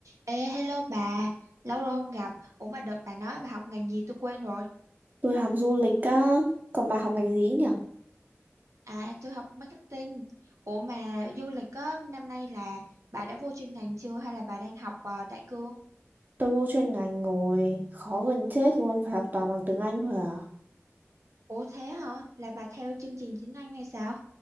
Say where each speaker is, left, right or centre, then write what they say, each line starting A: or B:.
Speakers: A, on the right (about 80°); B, on the right (about 40°).
A: Ê, hello bà, lâu rồi không gặp. Ủa mà đợt bà nói bà học ngành gì tôi quên rồi.
B: Tôi học du lịch á, còn bà học ngành gì nhỉ?
A: À, tôi học marketing. Ủa mà du lịch á, năm nay là bà đã vô chuyên ngành chưa hay là bà đang học ờ, đại cương?
B: Tôi vô chuyên ngành ngồi khó gần chết luôn, phải học toàn bằng tiếng Anh thôi à.
A: Ủa thế hả? Là bà theo chương trình chính năng hay sao?